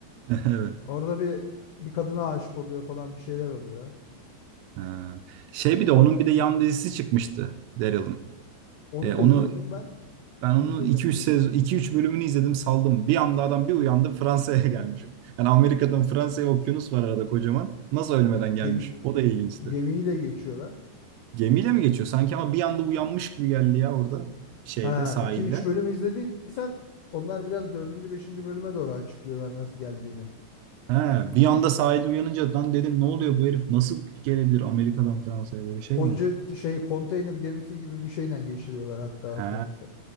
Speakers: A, on the right (about 80°); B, on the left (about 85°).
A: <laughs> Evet.
B: Orada bir bir kadına aşık oluyor falan bir şeyler oluyor.
A: Ha. Şey bir de
B: Orada
A: onun bir de yan dizisi çıkmıştı Daryl'ın.
B: onu
A: E, onu
B: da izledim ben.
A: ben onun
B: İzledim.
A: iki üç
B: Bu
A: sezon iki üç bölümünü izledim saldım. Bir anda adam bir uyandı Fransa'ya <laughs> gelmişim. Yani Amerika'dan Fransa'ya okyanus var arada kocaman. Nasıl ölmeden gelmiş?
B: Gemi,
A: O da ilginçti.
B: gemiyle geçiyorlar.
A: Gemiyle mi geçiyor? Sanki ama bir anda uyanmış gibi geldi ya orada şeyde
B: Ha
A: sahilde.
B: 2-3 bölüm izlediysen onlar biraz dördüncü beşinci bölüme doğru açıklıyorlar nasıl geldiğini.
A: He, bir anda sahilde uyanınca lan dedim ne oluyor bu herif nasıl gelebilir Amerika'dan Fransa'ya böyle şey
B: Koca
A: mi olur?
B: t- şey konteyner gemisi gibi bir şeyle geçiriyorlar hatta
A: He,
B: okyanusta.